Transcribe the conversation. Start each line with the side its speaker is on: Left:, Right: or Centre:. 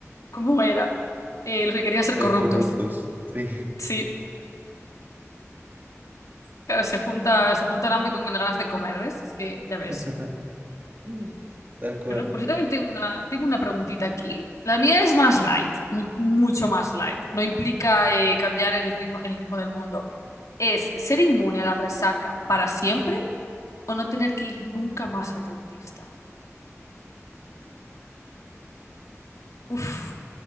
Left: ¿cómo era? Eh, los que querían ser
Right: Ser
Left: corruptos.
Right: corruptos, sí,
Left: Sí, claro, se junta, se junta el hambre con las ganas de comer, ¿ves? Es que ya
Right: <laughs>
Left: ves.
Right: Mm. tal cual.
Left: Bueno, pues yo también tengo una, tengo una preguntita aquí. La mía es más light, mu- mucho más light. No implica eh, cambiar el ritmo, el ritmo del mundo. ¿Es ser inmune a la resaca para siempre o no tener que ir nunca más al dentista? Uf,